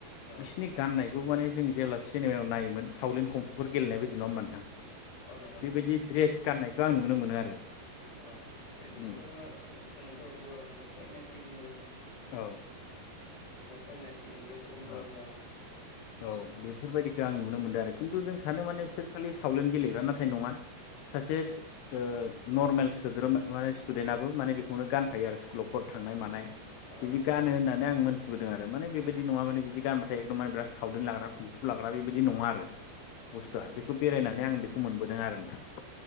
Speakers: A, on the left; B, on the left.
A: अ
B: बिसनि गाननाय बेखौ माने जों जेब्ला सिनेमायाव नायोमोन सावलेन कमफुफोर गेलेनाय बायदि नङा होनबा नोंथां
A: अ नंगौ नंगौ
B: बेबायदि ड्रेस
A: बे
B: गाननायखौ आं नुनो मोनो आरो।
A: अ बे बिसोरखौ
B: उम
A: बुङो जो-जोंथ' बर'आ बुंनाय सयनासि बुङो जों
B: औ।
A: बेफोर सन्यासि इंलिसाव बुङोबा
B: औ
A: मंक।
B: औ बेफोरबायदिखो आं नुनो मोन्दों आरोखि। खिन्थु जों सानो माने बिसोर खालि सावलेन्ड गेलेग्रा नाथाय नङा। सासे ओ नर्मेल सोद्रोमा मे स्टुदेन्टआबो माने बेखौनो गानखायो आरो स्कुलावफोर थांनाय मानाय
A: अ
B: बिदि
A: नंगौ
B: गानो
A: नोंथां
B: होननानै आं मोन्थिबोदों आरो माने बेबायदि नङा माने बिदि गानबाथाय एकदम माने ब्रास थावलेन लाग्रा कुम्फु लाग्रा बेबायदि नङा आरो।
A: अ
B: बुस्थुआ बेखो
A: अ
B: बेरायनानै आं बेखो खौ मोनबोदों आरो नोंथां।